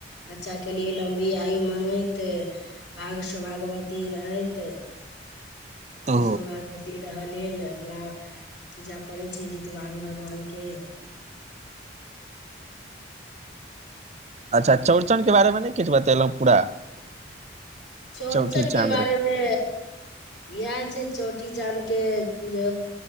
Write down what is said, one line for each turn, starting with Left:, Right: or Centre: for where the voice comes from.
Left: बच्चा के लिए लम्बी आयु मांगैत भाग स्वभागवती रहैत कण
Right: ओ
Left: सौ भागवती रहय लेल अपना पूजा करैत छी जितवान भगवानके
Right: अच्छा चौड़चनके बारेमे नहि किछु बतेलहुँ पूरा
Left: चौड़चनके
Right: चौठी चाँद्र
Left: बारेमे इएह छै चौठी चाँद के जे